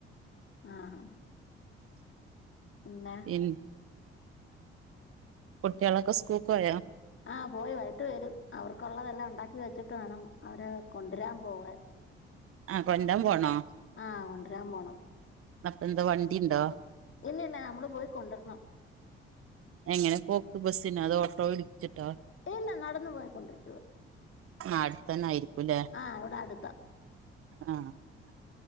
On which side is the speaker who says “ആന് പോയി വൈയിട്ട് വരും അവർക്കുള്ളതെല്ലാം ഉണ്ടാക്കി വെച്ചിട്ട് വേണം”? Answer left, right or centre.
Left